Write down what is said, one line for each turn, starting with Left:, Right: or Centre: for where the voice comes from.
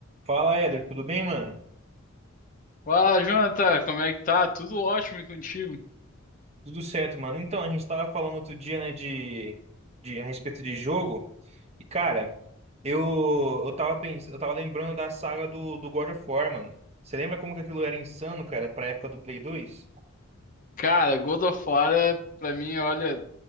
Right: Fala, Éder, tudo bem, mano?
Left: Fala, Jonathan, como é que tá? Tudo ótimo e contigo?
Right: Tudo certo, mano. Então, a gente tava falando outro dia, né, de, de a respeito de jogo. E, cara, eu, eu tava pens... eu tava lembrando da saga do, do God of War, mano. Você lembra como que aquilo era insano, cara, pra época do Play 2?
Left: Cara, God of War, é, pra mim, olha,